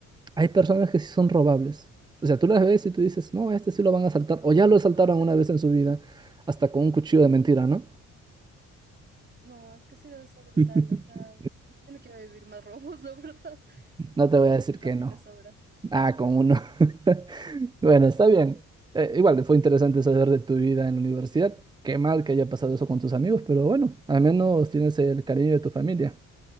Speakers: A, on the right; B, on the right.
A: hay personas que sí son robables. O sea, tú las ves y tú dices, no, a este sí lo van a asaltar, o ya
B: Hasta
A: lo asaltaron
B: se va.
A: una vez en su vida, hasta con un cuchillo de mentira, ¿no?
B: No, es que ha sido eso brutal.
A: <laughs>
B: O sea, yo no quiero vivir más robos, <laughs> la verdad.
A: No
B: Con
A: te voy
B: uno
A: a decir
B: me basta
A: que no.
B: y me sobra.
A: Ah, con uno. <laughs> Bueno, está bien. Eh, igual, fue interesante saber de tu vida en la universidad. Qué mal que haya pasado eso con tus amigos, pero bueno, al menos tienes el cariño de tu familia.